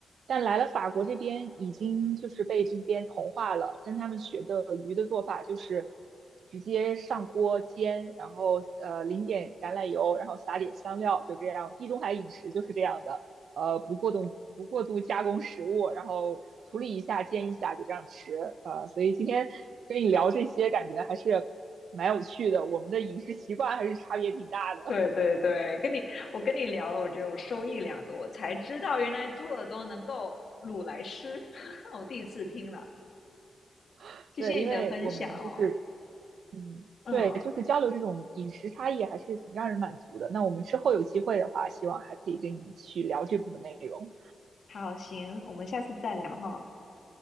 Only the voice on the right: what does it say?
但来了法国这边，已经就是被这边同化了，跟他们学的鱼的做法就是直接上锅煎，然后呃淋点橄榄油，然后撒点香料，就这样。地中海饮食就是这样的，呃，不过度不过度加工食物，然后处理一下、煎一下就这样吃。呃，所以今天跟你聊这些，感觉还是蛮有趣的。我们的饮食习惯还是差别挺大的。
<laughs>
对，因为我们就是，嗯，
对，就是交流这种饮食差异还是挺让人满足的。那我们之后有机会的话，希望还可以跟你去聊这部分内容。